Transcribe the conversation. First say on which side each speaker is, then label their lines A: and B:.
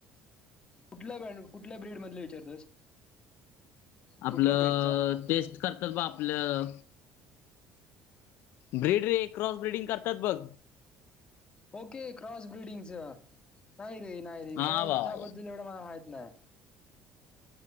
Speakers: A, on the left (about 25°); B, on the left (about 70°).
A: कुठल्या ब कुठल्या ब्रीड मधल विचारतोस. कुठल्या
B: आपलं
A: पेटचं
B: टेस्ट करतात बा आपलं ब्रिड रे क्रॉस ब्रिडिंग करतात बघ.
A: ओके क्रॉस ब्रिडिंगच. नाही रे. नाही रे.
B: हा
A: त्या
B: भावा
A: त्याबद्दल एवढं मला माय नाही.